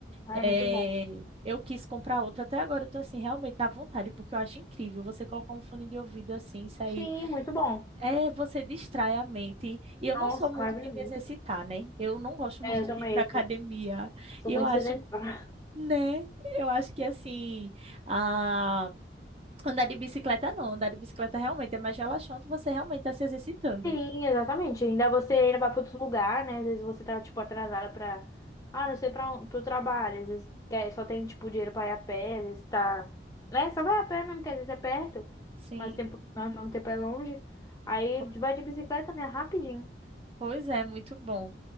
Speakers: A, on the left (about 20°); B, on the right (about 35°).
A: ah,
B: eh,
A: é muito bom.
B: eu quis comprar outra. Até agora eu tô assim, realmente dá vontade, porque eu acho incrível você colocar um fone de ouvido assim, sair.
A: Sim, muito bom.
B: É, você distrai a mente. E eu
A: Nossa,
B: não sou muito
A: maravilhoso.
B: de me exercitar, né? Eu não gosto
A: É,
B: <laughs> muito
A: eu também,
B: de ir pra academia.
A: assim, sou
B: E
A: muito
B: eu acho,
A: sedentária.
B: né? Eu acho que assim. a Andar de bicicleta não, andar de bicicleta realmente é mais relaxante, você realmente está se exercitando.
A: <laughs> Sim, exatamente. Ainda você ainda vai para outro lugar, né? Às vezes você tá, tipo, atrasada para, ah, não sei, para o trabalho. Às vezes quer, só tem, tipo, dinheiro para ir a pé, às vezes tá, né? Só vai a pé mesmo, que às vezes é perto,
B: Sim,
A: mas tempo, ao mesmo tempo é longe. Aí
B: po-
A: vai de bicicleta, né? Rapidinho.
B: pois é, muito bom.